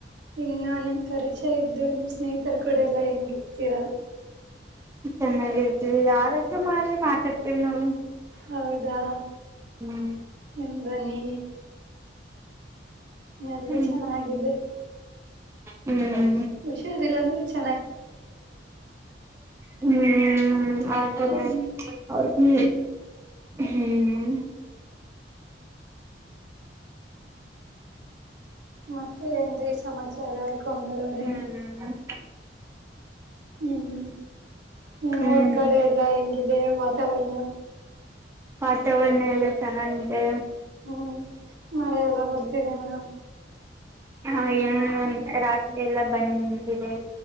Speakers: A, on the right (about 80°); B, on the right (about 15°).
A: ಇನ್ನು ನಿಮ್ ಪರಿಚಯ ಇದಿಂದ ನಿಮ್ ಸ್ನೇಹಿತರು ಕೂಡ ಎಲ್ಲಾ ಹೆಂಗಿರ್ತೀರಾ
B: ಚೆನ್ನಾಗಿರ್ತಿವಿ ಯಾರಾದ್ರೂ ಮಾಡಿ ಮಾತಾಡ್ತಿವಿ ನಾವು
A: ಹೌದಾ
B: ಹ್ಮ್
A: ನಿಮ್ ದ್ವನಿ ಎಲ್ಲ
B: ಹ್ಮ್
A: ಚೆನ್ನಾಗಿದೆ
B: ಹ್ಮ್
A: ವಿಷೇ ಂಗ್
B: ಹ್ಮ್ ಆತದೆ
A: ಹ್ಮ್
B: ಅವ್ರ ಹ್ಮ ಹ್ಮ್
A: ಮತ್ತೆ ಎಂದೆ ಸಮಾಚಾರ ಮಮಗಳರೆ
B: ಹ್ಮ್
A: ಹ್ಮ್ ನಿಮ್ಮ್ೂಊರ್
B: ಹ್ಮ್
A: ಕಡೆ ಎಲ್ಲಾ ಹೆಂಗ ಇೇ ವಾತಾವರಣ
B: ವಾತಾವರ್ರಣ ಎಲ್ಲ ಚೆನ್ನಾಗಿದೆ
A: ಹ್ಮ್ ಮಳೆೆಲ್ಲ ಬರ್ತಿದ್ದೇನಾ
B: ಹಾಏ ಒ ರಾತ್ರಿ ಎಲ್ಲ ಬಂದಂದಿದೆ